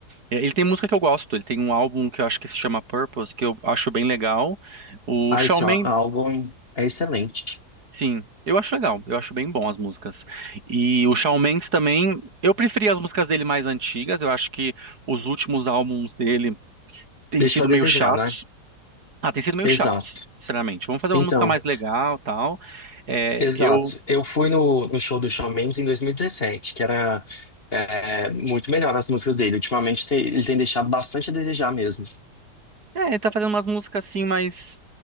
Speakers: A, on the right (about 65°); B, on the left (about 35°).
A: É, Ele tem música que eu gosto, ele tem um álbum que eu acho que se chama Purpose, que eu acho bem legal. O
B: Ah,
A: Shawn
B: esse
A: Mendes
B: á- álbum é excelente.
A: Sim, eu acho legal, eu acho bem bom as músicas. E o Shawn Mendes também, eu preferia as músicas dele mais antigas, eu acho que os últimos álbuns dele têm
B: Deixou
A: sido
B: a
A: meio
B: desejar,
A: chatos.
B: né?
A: Ah, têm sido meio
B: Exato.
A: chatos, sinceramente. Vamos fazer
B: Então,
A: uma música mais legal, tal. É,
B: Exato.
A: eu,
B: Eu fui no, no show do Shawn Mendes em 2017, que era é, muito melhor as músicas dele. Ultimamente tem- ele tem deixado bastante a desejar mesmo.
A: é, ele tá fazendo umas músicas assim mais,